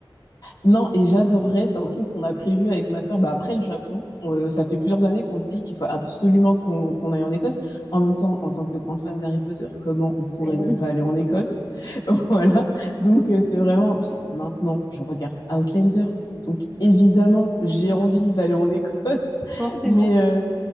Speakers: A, on the left; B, in the centre.
A: Non, et j'adorerais, c'est un truc qu'on a prévu avec ma sœur, bah après le Japon. On- euh, ça fait plusieurs années qu'on se dit qu'il faut absolument qu'on qu'on aille en Écosse. En même temps, en tant que grande fan d'Harry Potter, comment on pourrait
B: Eh oui,
A: ne pas aller en Écosse? <laughs> Voilà. Donc euh, c'est vraiment. Puis maintenant, je regarde Outlander. Donc évidemment, j'ai envie d'aller en Écosse. <laughs>
B: forcément.
A: Mais, euh,